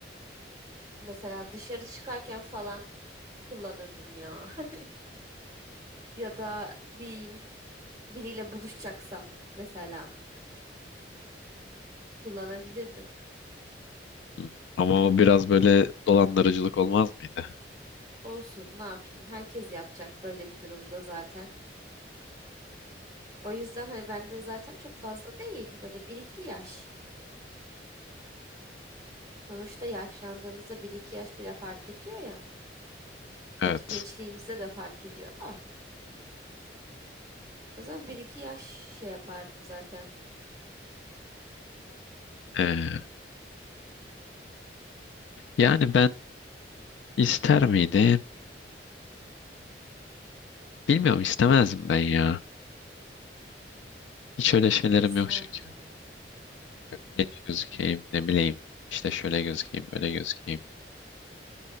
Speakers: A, on the right (about 20°); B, on the left (about 80°).
A: Mesela dışarı çıkarken falan kullanırdım ya. <laughs> Ya da diyeyim biriyle buluşacaksam mesela kullanabilirdim.
B: Hı, Ama o biraz böyle dolandırıcılık olmaz mıydı?
A: Olsun ne yapayım herkes yapacak böyle bir durumda zaten. O yüzden hani bende zaten çok fazla değil böyle 1-2 yaş. Sonuçta yaşlandığımızda bir iki yaş bile fark ediyor ya. Gerçi
B: Evet.
A: gençliğimizde de fark ediyor da. O zaman bir iki yaş şey yapardım zaten.
B: Ee, yani ben ister miydim? Bilmiyorum istemezdim ben ya. Hiç öyle şeylerim
A: İsterdim
B: yok çünkü.
A: ya.
B: Yok, Genç gözükeyim ne bileyim. İşte şöyle gözükeyim böyle gözükeyim.